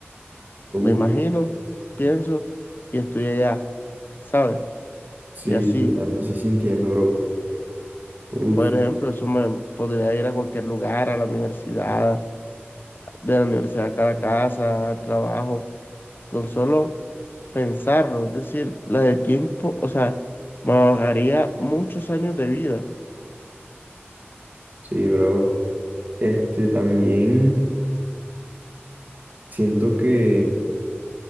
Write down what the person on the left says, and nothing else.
me imagino, pienso, y estoy allá, ¿sabes?
Y así,
por ejemplo, eso me podría ir a cualquier lugar, a la universidad de la universidad acá a la casa, al trabajo, con solo pensarlo, es decir, la de tiempo, o sea, me ahorraría muchos años de vida.